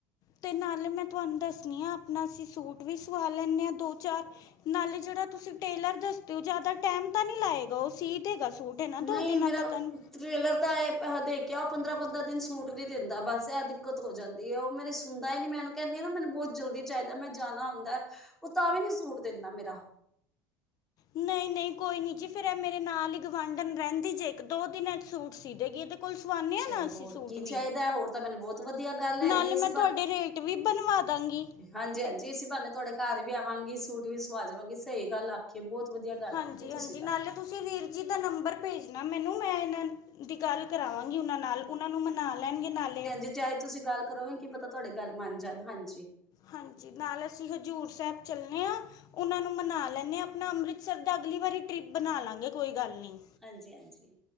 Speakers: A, on the left; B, in the centre.
A: ਤੇ ਨਾਲੇ ਮੈਂ ਤੁਆਨੁ ਦੱਸਨੀ ਆ ਅਪਨਾ ਅਸੀਂ ਸੂਟ ਵੀ ਸਵਾ ਲੈਨੇ ਆ ਦੋ-ਚਾਰ ਨਾਲੇ ਜੇੜਾ ਤੁਸੀਂ ਟੇਲਰ ਦੱਸਦੇ ਓ ਜਾਦਾ ਟੈਮ ਤਾਂ ਨੀ ਲਾਏ ਓ ਸੀ ਦੇਗਾ ਸੂਟ, ਹੈਨਾ
B: ਨਹੀਂ
A: ਦੋ ਦਿਨਾਂ
B: ਮੇਰਾ
A: ਤੱਕਨ
B: ਟ੍ਰੇਲਰ ਤਾਂ ਐ ਦੇ ਕੇ ਆਓ, ਪੰਦਰਾਂ-ਪੰਦਰਾਂ ਦਿਨ ਸੂਟ ਨੀ ਦੇਂਦਾ ਬਸ ਐ ਦਿੱਕਤ ਹੋ ਜਾਂਦੀ ਏ। ਓ ਮੇਰੀ ਸੁਨਦਾ ਈ ਨੀ ਮੈਂ ਉਨੂੰ ਕੈਂਨੀ ਆ ਨਾ ਮੈਨੂੰ ਬਹੁਤ ਜਲਦੀ ਚਾਈਦੈ, ਮੈਂ ਜਾਨਾ ਹੁੰਦੈ ਓ ਤਾਂ ਵੀ ਨੀ ਸੂਟ ਦੇਂਦਾ ਮੇਰਾ
A: ਨਈ- ਨਈ ਕੋਈ ਨੀ ਜੀ, ਫੇਰ ਐ ਮੇਰੇ ਨਾਲ ਈ ਗੁਵਾਂਢਨ ਰੈਂਦੀ ਜੇ ਇੱਕ-ਦੋ ਦਿਨਾਂ ਚ ਸੂਟ ਸੀ ਦੇਗੀ ਏਦੇ ਕੋਲ ਸਵਾਂਨੇ ਆ
B: ਚਲੋ
A: ਨਾ ਅਸੀਂ
B: ਹੋਰ
A: ਸੂਟ
B: ਕੀ ਚਾਹੀਦਾ
A: ਵੀ,
B: ਹੋਰ ਤਾਂ ਮੈਨੂੰ ਬਹੁਤ ਵਧੀਆ ਗੱਲ ਹੈਗੀ
A: ਨਾਲੇ
B: ਹੈ, ਇਸ
A: ਮੈਂ ਤੁਆਡੇ ਰੇਟ ਰੇਟ ਵੀ ਬਨਵਾ ਦਾਂਗੀ
B: ਹਾਂਜੀ-ਹਾਂਜੀ ਅਸੀਂ ਬਾਹਨੇ ਤੁਹਾਡੇ ਘਰ ਵੀ ਆਵਾਂਗੀ ਸੂਟ ਵੀ ਸਵਾ ਜਾਵਾਂਗੀ ਸਹੀ ਗੱਲ ਆ ਕੇ ਬਹੁਤ ਵਦੀਆ ਗੱਲ
A: ਹਾਂਜੀ
B: ਕੀਤੀ
A: ਹਾਂਜੀ
B: ਤੁਸੀਂ ਤਾਂ
A: ਨਾਲੇ ਤੁਸੀਂ ਵੀਰ ਜੀ ਦਾ ਨੰਬਰ ਭੇਜਣਾ ਮੈਨੂੰ ਮੈਂ ਇਨਾਂ ਦੀ ਗੱਲ ਕਰਾਵਾਂਗੀ ਉਨਾਂ ਨਾਲ ਉਨਾਂ ਨੂੰ ਮਨਾ ਲੈਣਗੇ ਨਾਲੇ
B: ਤੇ ਚਾਹੇ ਤੁਸੀ ਗੱਲ ਕਰੋਗੇ ਕੀ ਪਤਾ ਤੁਹਾਡੇ ਗੱਲ ਮੰਨ ਜਾਣ ਹਾਂਜੀ।
A: ਹਾਂਜੀ ਨਾਲ ਅਸੀ ਹਜ਼ੂਰ ਸਾਹਿਬ ਚੱਲਨੇ ਆਂ ਉਨਾਂ ਨੂੰ ਮਨਾ ਲੈਂਣੇ ਆਂ। ਨਾ ਅੰਮ੍ਰਿਤਸਰ ਦਾ ਅਗਲੀ ਵਾਰੀ ਟਰਿਪ ਬਣਾ ਲਾਂਗੇ ਕੋਈ ਗੱਲ ਨਈ।
B: ਹਾਂਜੀ-ਹਾਂਜੀ